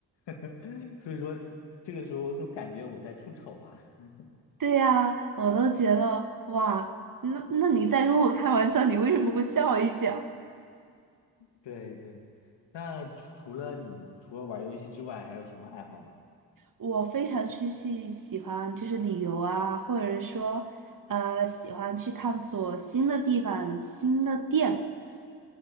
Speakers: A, on the left; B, on the right.
A: <laughs> 所以说这个时候都感觉我在出丑啊。<laughs>
B: 对呀，我都觉得哇，那那你在跟我开玩笑，你为什么不笑一下？
A: 对对，那除除了你除了玩游戏之外，还有什么爱好吗？
B: 我非常去去喜欢就是旅游啊，或者说呃喜欢去探索新的地方、新的店。